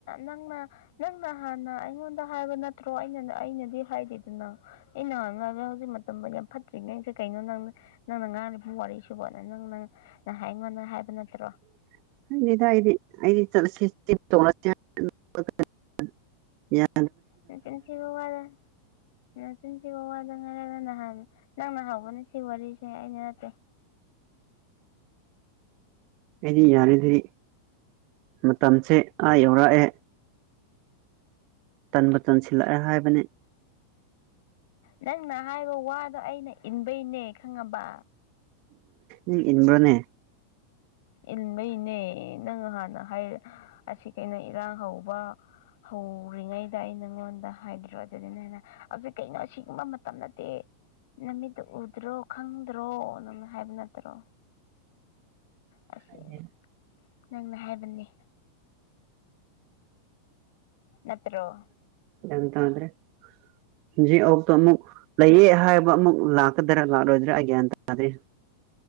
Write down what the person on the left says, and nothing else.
ꯅꯪꯅ ꯅꯪꯅ ꯍꯥꯟꯅ ꯑꯩꯉꯣꯟꯗ ꯍꯥꯏꯕ ꯅꯠꯇ꯭ꯔꯣ ꯑꯩꯅ ꯑꯩꯅꯗꯤ ꯍꯥꯏꯗꯦꯗꯅ ꯑꯩꯅꯥꯡꯉꯒ ꯍꯧꯖꯤꯛ ꯃꯇꯝ ꯌꯥꯝ ꯐꯠꯇ꯭ꯔꯤ ꯅꯁꯦ ꯀꯩꯅꯣ ꯅꯪ ꯅꯪꯅ ꯉꯥꯡꯂꯤꯔꯤꯕ ꯋꯥꯔꯤ ꯁꯕꯣꯅ ꯅꯪ ꯅꯪ ꯅꯍꯥꯛ ꯑꯩꯉꯣꯟꯗ ꯍꯥꯏꯕ ꯅꯠꯇ꯭ꯔ
ꯅꯆꯤꯟ ꯊꯤꯕꯥ ꯋꯥꯔꯥ ꯎꯝ ꯆꯤꯟꯁꯤꯕ ꯋꯥꯗ ꯉꯥꯏꯔꯒ ꯅꯍꯥꯟ ꯅꯪ ꯅ ꯍꯥꯎꯕꯅ ꯁꯤ ꯋꯥꯔꯤꯁꯨꯦ ꯑꯩꯅ ꯅꯠꯇꯦ
ꯅꯪꯅ ꯍꯥꯏꯕ ꯋꯥꯗꯣ ꯑꯩꯅ ꯏꯟꯕꯩꯅꯦ ꯈꯪꯉꯕ
ꯏꯟꯕꯩꯅꯦ ꯅꯪ ꯍꯥꯟꯅ ꯍꯥꯏ ꯑꯁꯤ ꯀꯩꯅꯣ ꯏꯔꯥꯡ ꯍꯧꯕ ꯍꯧꯔꯤꯉꯩꯗ ꯑꯩ ꯅꯪꯉꯣꯟꯗ ꯍꯥꯏꯗ꯭ꯔꯣ ꯑꯗꯨꯅꯤꯅ ꯍꯅ ꯍꯧꯖꯤꯛ ꯀꯩꯅꯣ ꯁꯤꯒꯨꯝꯕ ꯃꯇꯝ ꯅꯠꯇꯦ ꯅꯃꯤꯠꯇꯨ ꯎꯗ꯭ꯔꯣ ꯈꯪꯗ꯭ꯔꯣ ꯅꯪꯅ ꯍꯥꯏꯕ ꯅꯠꯇ꯭ꯔꯣ ꯑꯁꯤ
ꯅꯪꯅ ꯍꯥꯏꯕꯅꯦ ꯅꯠꯇ꯭ꯔꯣ